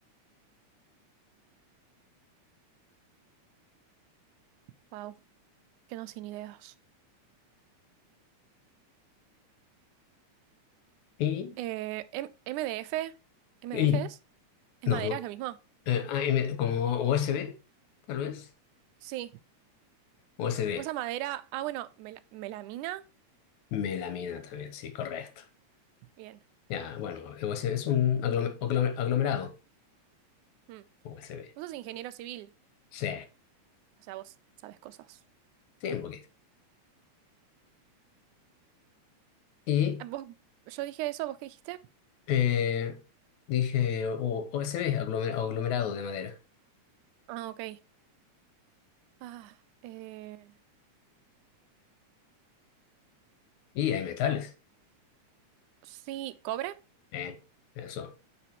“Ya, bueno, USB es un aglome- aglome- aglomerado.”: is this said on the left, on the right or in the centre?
Left